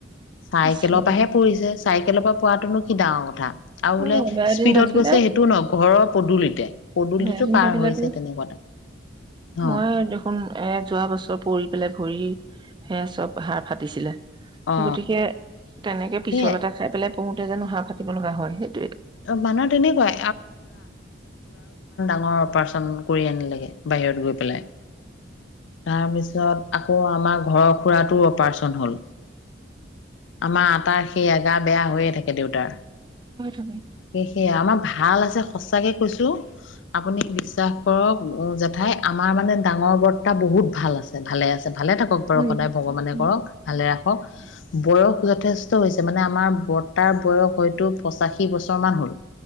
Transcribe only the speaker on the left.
চাইকেলৰ
পৰাহে পৰিছে, চাইকেলৰ পৰা কোৱাটোনো কি ডাঙৰ কথা। আৰু
বোলে
স্পীডত
গৈছে সেইটোও নহয় ঘৰৰ পদূলিতে! পদূলিতো
পাৰ
হৈছে তেনেকুৱাতে। অ
অ
সেয়ে
মানুহৰ তেনেকুৱাই অ' অপাৰেছন কৰি আনিলেগে বাহিৰত গৈ পেলাই। তাৰপিছত আকৌ আমাৰ ঘৰৰ খুৰাটো অপাৰচন হল, আমাৰ আটাৰ সেই এগাৰ বেয়া হৈয়ে থাকে দেউতাৰ।
সে আমাৰ ভাল আছে সঁচাকে কৈছো। আপুনি বিশ্বাস কৰক। ও জেঠাই আমাৰ মানে ডাঙৰ বৰ টা বহুত ভাল আছে ভালে আছে। ভালে থাকক বাৰু
সদায় ভগৱানে
কৰক ভালে ৰাখক। বয়স যথেষ্ট হৈছে মানে আমাৰ বৰ্তাৰ বয়স হয়তো পঁচাশী বছৰ মান হ'ল।